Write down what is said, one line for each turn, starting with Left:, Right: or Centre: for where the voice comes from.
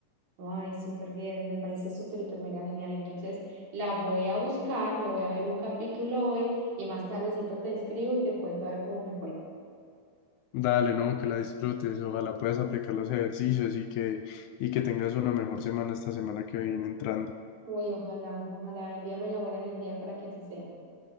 Right: Ay, súper bien, me parece súper, hiper, mega genial. Entonces la voy a buscar, me voy a ver un capítulo hoy y más tardecito te escribo y te cuento a ver cómo me fue.
Left: Dale, no, que la disfrutes. Ojalá puedas aplicar los ejercicios y que, y que tengas una mejor semana esta semana que viene entrando.
Right: Uy, ojalá, ojalá, envíame la buena energía para que así sea.